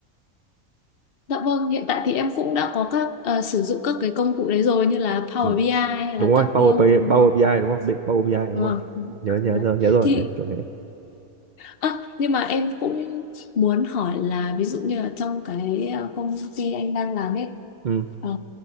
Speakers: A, on the left; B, on the right.
A: dạ vâng hiện tại thì em cũng đã có các ờ, sử dụng các cái công cụ đấy rồi như là Power
B: ừ,
A: BI ai hay
B: đúng
A: là
B: rồi
A: Tableau
B: Power BI, ai,
A: đúng
B: Power
A: không
B: BI ai đúng không Bi- Power BI ai đúng
A: vâng
B: rồi nhớ nhớ
A: Đấy.
B: nhớ nhớ rồi
A: thì
B: đấy kiểu thế
A: À, nhưng mà em cũng muốn hỏi là ví dụ như là trong cái ờ, công ty anh đang làm ấy
B: ừ.
A: ờ,